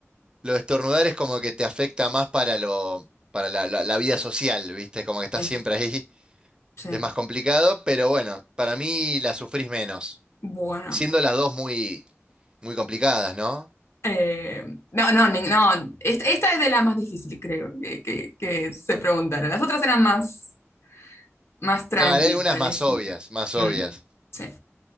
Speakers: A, on the right; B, on the left.
A: Lo de estornudar es como que te afecta más para lo, para la, la- la vida social, ¿viste? Como que estás
B: sí,
A: siempre ahí, <laughs>
B: sí.
A: es más complicado, pero bueno, para mí la sufrís menos,
B: Bueno.
A: siendo las dos muy, muy complicadas, ¿no?
B: Eh, no, no, ni- no. Est- Esta es de las más difíciles, creo, que, que, que se preguntaron. Las otras eran más, más tranqui,
A: Claro, hay algunas
B: para
A: más
B: decir.
A: obvias, más
B: Mm,
A: obvias.
B: sí.